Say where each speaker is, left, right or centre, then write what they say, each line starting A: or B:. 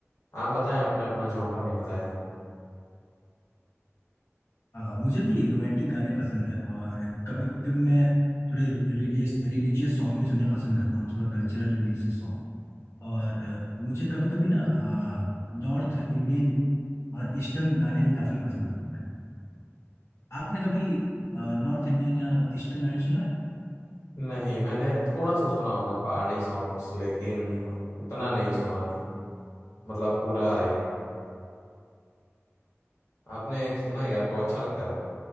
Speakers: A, on the left; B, on the left.
A: आप बताएं आपने अपना जॉनरा नहीं बताया
B: आ, मुझे भी रोमांटिक गाने पसंद है और कभी कभी मैं थोड़े रिलीजियस रिलीजियस सॉन्ग भी सुनना पसंद करता हूँ थोड़ा कल्चरल रिलीजियस सॉन्ग और आ, मुझे कभी कभी ना नॉर्थ इंडियन और ईस्टर्न गाने भी काफी पसंद आता है आपने कभी नॉर्थ इंडियन या ईस्टर्न गाने सुना है
A: नहीं मैंने थोड़ा सा सुना होगा पहाड़ी सॉन्ग्स लेकिन उतना नहीं सुना मतलब पूरा एक आपने सुना है क्या? आपको अच्छा लगता है वो